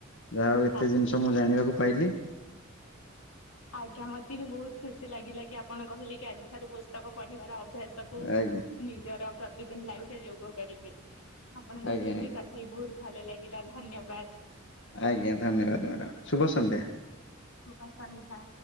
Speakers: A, on the left (about 60°); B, on the left (about 85°).
A: ଯାହାଉ ଏତେ
B: ଆ
A: ଜିନିଷ ମୁଁ ଜାଣିବାକୁ ପାଇଲି।
B: ଆଜ୍ଞା ମତେ ବି ବହୁତ ଖୁସି ଲାଗିଲା କି ଆପଣ କହିଲେ କି ଆଜିଠାରୁ ପୁସ୍ତକ ପଢିବାର ଅଭ୍ୟାସକୁ
A: ଆଜ୍ଞା
B: ନିଜର ପ୍ରତିଦିନ ଲାଇଫରେ ଯୋଗ କରିବେ। ଆପଣଙ୍କ
A: ଆଜ୍ଞା
B: ସହିତ
A: ଆଜ୍ଞା
B: ବି କଥା ହେଇ ବହୁତ ଭଲ ଲାଗିଲା ଧନ୍ୟବାଦ।
A: ଆଜ୍ଞା ଧନ୍ୟବାଦ ମ୍ୟାଡ଼ାାମ ଶୁଭ ସନ୍ଧ୍ୟା।
B: ଶୁଭ ସନ୍ଧ୍ୟା।